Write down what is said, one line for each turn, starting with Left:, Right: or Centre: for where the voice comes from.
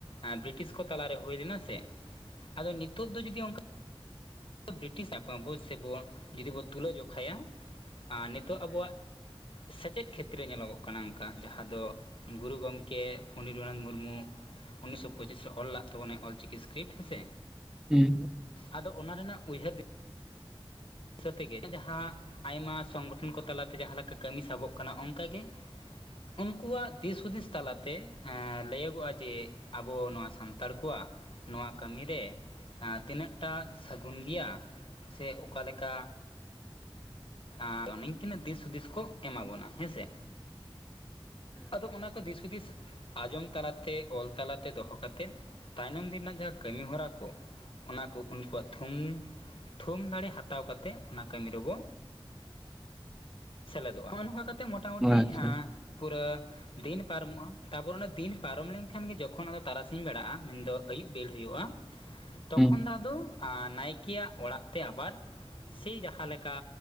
Left: ᱮᱸ, ᱵᱨᱤᱴᱤᱥ ᱠᱚ ᱛᱟᱞᱟᱨᱮ ᱦᱩᱭ ᱞᱮᱱᱟ ᱥᱮ ᱟᱫᱚ ᱱᱤᱛᱳᱜ ᱫᱚ ᱡᱩᱫᱤ ᱚᱝᱠᱟ ᱵᱨᱤᱴᱤᱥ <unintelligible> ᱥᱮ ᱵᱚᱱ ᱡᱩᱫᱤ ᱵᱚᱱ ᱛᱩᱞᱟᱹ ᱡᱚᱠᱷᱟᱭᱟ ᱟᱸ, ᱱᱤᱛᱳᱜ ᱟᱵᱚᱣᱟᱜ ᱥᱮᱪᱮᱫ ᱠᱷᱮᱛᱨᱮ ᱧᱮᱞᱚᱜᱚᱜ ᱠᱟᱱᱟ ᱚᱝᱠᱟ ᱡᱟᱦᱟᱸ ᱫᱚ ᱜᱩᱨᱩ ᱜᱚᱝᱠᱮ ᱯᱚᱱᱰᱤᱛ ᱨᱚᱜᱷᱩᱱᱟᱛᱷ ᱢᱩᱨᱢᱩ ᱩᱱᱤᱥᱥᱚ ᱯᱚᱸᱪᱤᱥ ᱨᱮ ᱚᱞ ᱞᱟᱜ ᱛᱟᱵᱚᱱᱟᱭ ᱚᱞᱪᱤᱠᱤ ᱤᱥᱠᱨᱤᱯᱴ ᱦᱮᱸ ᱥᱮ᱾
Centre: ᱦᱩᱸ᱾
Left: ᱟᱫᱚ ᱚᱱᱟ ᱨᱮᱱᱟᱜ ᱩᱭᱦᱟᱹᱨ ᱫᱤ ᱥᱟᱹ ᱛᱮᱜᱮ ᱡᱟᱦᱟᱸ ᱟᱭᱢᱟ ᱥᱚᱝᱜᱚᱴᱷᱚᱱ ᱠᱚ ᱛᱟᱞᱟᱛᱮ ᱡᱟᱦᱟᱸ ᱞᱮᱠᱟ ᱠᱟᱹᱢᱤ ᱥᱟᱵᱚᱜ ᱠᱟᱱᱟ᱾ ᱚᱝᱠᱟᱜᱮ ᱩᱱᱠᱩᱣᱟᱜ ᱫᱤᱥ ᱦᱩᱫᱤᱥ ᱛᱟᱞᱟᱛᱮ ᱮᱸ, ᱞᱟᱹᱭᱚᱜᱚᱜ-ᱟ ᱡᱮ ᱟᱵᱚ ᱱᱚᱣᱟ ᱥᱟᱱᱛᱟᱲ ᱠᱚᱣᱟᱜ ᱱᱚᱣᱟ ᱠᱟᱹᱢᱤᱨᱮ ᱛᱤᱱᱟᱹᱜᱴᱟ ᱥᱟᱹᱜᱩᱱ ᱜᱮᱭᱟ ᱥᱮ ᱚᱠᱟᱞᱮᱠᱟ? ᱟᱨ ᱱᱤᱝᱠᱤᱱᱟᱜ ᱫᱤᱥ ᱦᱩᱫᱤᱥ ᱠᱚ ᱮᱢᱟ ᱵᱚᱱᱟ ᱦᱮᱸᱥᱮ᱾ ᱟᱫᱚ ᱚᱱᱟ ᱠᱚ ᱫᱤᱥ ᱦᱩᱫᱤᱥ ᱟᱸᱡᱚᱢ ᱛᱟᱞᱟᱛᱮ ᱚᱞ ᱛᱟᱞᱟᱛᱮ ᱫᱚᱦᱚ ᱠᱟᱛᱮᱫ ᱛᱟᱭᱱᱚᱢ ᱫᱤᱱ ᱨᱮᱱᱟᱜ ᱡᱟᱦᱟᱸ ᱠᱟᱹᱢᱤ ᱦᱚᱨᱟ ᱠᱚ ᱚᱱᱟ ᱠᱚ ᱠᱩᱠᱩᱣᱟᱜ ᱛᱷᱩᱢ, ᱛᱷᱩᱢ ᱫᱟᱲᱮ ᱦᱟᱛᱟᱣ ᱠᱟᱛᱮᱜ ᱚᱱᱟ ᱠᱟᱹᱢᱤ ᱨᱮᱵᱚ ᱥᱮᱞᱮᱫᱚᱜ-ᱟ ᱦᱚᱸᱜ-ᱚ ᱱᱚᱝᱠᱟ ᱠᱟᱛᱮᱜ ᱢᱚᱴᱟᱢᱩᱴᱤ
Centre: ᱟᱪᱪᱷᱟ
Left: ᱮᱸᱻ ᱯᱩᱨᱟᱹ ᱫᱤᱱ ᱯᱟᱨᱚᱢᱚᱜ-ᱟ, ᱛᱟᱨᱯᱚᱨ ᱚᱱᱟ ᱫᱤᱱ ᱯᱟᱨᱚᱢ ᱞᱮᱱᱠᱷᱟᱱ ᱜᱮ ᱡᱚᱠᱷᱚᱱ ᱟᱫᱚ ᱛᱟᱨᱟᱥᱤᱧ ᱵᱮᱲᱟᱜ-ᱟ ᱢᱮᱱᱫᱚ ᱟᱹᱭᱩᱵ ᱵᱮᱲ ᱦᱩᱭᱩᱜ-ᱟ ᱛᱚᱠᱷᱚᱱ
Centre: ᱦᱩᱸ
Left: ᱫᱚ ᱟᱫᱚ ᱱᱟᱭᱠᱮᱭᱟᱜ ᱟᱸ, ᱚᱲᱟᱜ ᱛᱮ ᱟᱵᱟᱨ ᱥᱮᱭ ᱡᱟᱦᱟᱸ ᱞᱮᱠᱟ